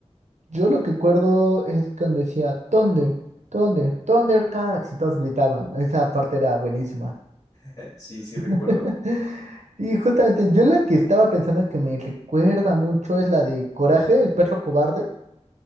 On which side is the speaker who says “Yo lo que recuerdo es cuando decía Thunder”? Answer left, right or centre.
Right